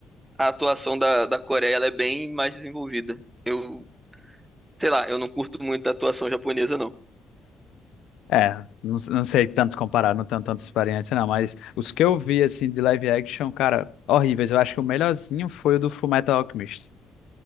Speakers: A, on the right; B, on the left.
A: a atuação da, da Coreia, ela é bem mais desenvolvida. Eu, sei lá, eu não curto muito a atuação japonesa, não.
B: É, não, não sei tanto comparar, não tenho tanta experiência não, mas os que eu vi, assim, de live action, cara, horríveis. Eu acho que o melhorzinho foi o do Fullmetal Alchemist.